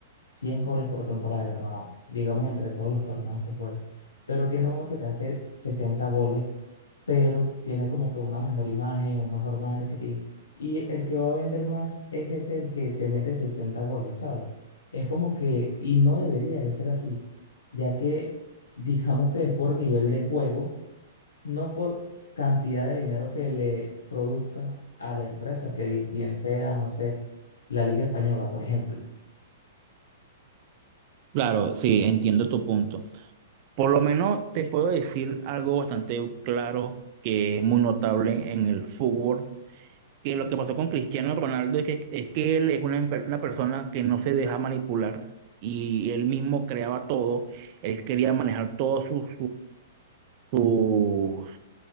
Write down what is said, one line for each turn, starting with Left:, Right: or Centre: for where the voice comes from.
Left: 100 goles por temporada, hermano, digamos entre todos los torneos que juegue, pero tiene uno que te hace 60 goles, pero tiene como que una mejor imagen, un mejor marketing, y el que va a vender más es ese el que te mete 60 goles, ¿sabes? Es como que, y no debería de ser así, ya que <laughs> digamos que es por nivel de juego no por cantidad de dinero que le produzca a la empresa, que bien sea, no sé, la Liga Española, por ejemplo.
Right: Claro, sí, entiendo tu punto. Por lo menos te puedo decir algo bastante claro que es muy notable en el fútbol, que lo que pasó con Cristiano Ronaldo es que, es que él es una, empe- una persona que no se deja manipular y él mismo creaba todo, él quería manejar todos sus, sus,